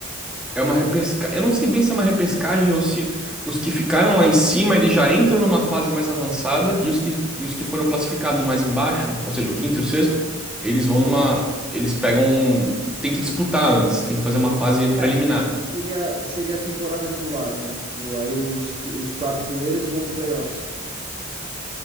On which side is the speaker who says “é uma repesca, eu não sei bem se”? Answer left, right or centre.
Centre